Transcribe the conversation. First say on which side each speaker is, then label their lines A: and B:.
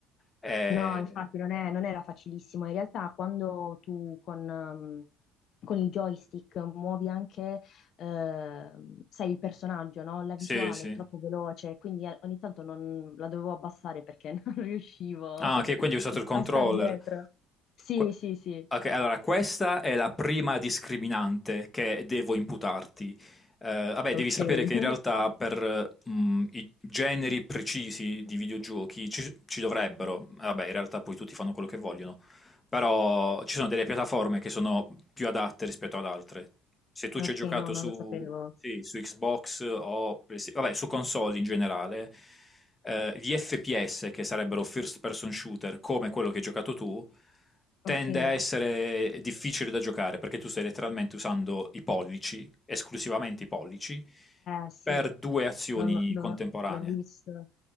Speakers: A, on the left; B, on the left.
A: Eh,
B: No, infatti non è- non era facilissimo. In realtà quando tu con, ehm, con il joystick muovi anche, ehm, sai, il personaggio, no? La
A: sì,
B: visuale
A: sì.
B: è troppo veloce, quindi eh, ogni tanto non, la dovevo abbassare perché <laughs> non riuscivo
A: Ah, ok, quindi hai usato il controller.
B: a star dietro. Sì,
A: Que-
B: sì, sì.
A: ok, allora questa è la prima discriminante che devo imputarti. Eh, vabbè, devi
B: Ok.
A: sapere che in
B: <laughs>
A: realtà per eh, mh, i generi precisi di videogiochi ci, ci dovrebbero, vabbè, in realtà poi tutti fanno quello che vogliono, però ci sono delle piattaforme che sono più adatte rispetto ad altre. Se tu ci
B: Ok,
A: hai giocato
B: no, non
A: su,
B: lo sapevo.
A: sì, su Xbox o Playsta- vabbè, su console in generale, eh, gli FPS, che sarebbero first person shooter, come quello che hai giocato tu, tende
B: Ok, eh
A: a essere difficile da giocare perché tu stai letteralmente usando i pollici, esclusivamente i pollici,
B: sì,
A: per due azioni
B: l'ho l'ho-
A: contemporanee.
B: l'ho visto.